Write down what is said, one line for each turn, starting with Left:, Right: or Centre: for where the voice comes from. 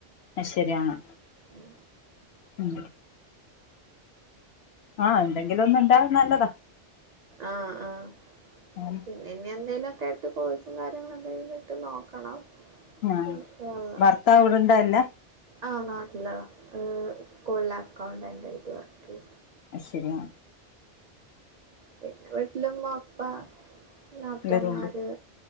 Left: ആ ശരിയാണ്
Right: ഉം
Left: ഉം ആഹ് എന്തെങ്കിലും ഒന്നും ഉണ്ടാ നല്ലതാ
Right: ആഹ് ആഹ്
Left: ആന്ന്
Right: പിന്നെ ഇനി എന്തേലുംക്കെ ആട്ട് കോഴ്സും കാര്യങ്ങള എന്തെങ്കും ഇട്ട് നോക്കണം
Left: ആഹ്
Right: ഇൻ ഷാ ള്ളാ
Left: ഭർത്താവ് ഇവിടെണ്ടാ ഇല്ല
Right: ആ നാട്ടിലാസ്കുളില് അക്കൗണ്ടന്റ് ആയിട്ട് വർക്ക് ചെയ
Left: അയ്ശരി ആഹ്
Right: പിന്നെ വീട്ടില് ഉമ്മ ഉപ്പാ നാത്തൂന്മാര്
Left: എല്ലാരും ഉണ്ട്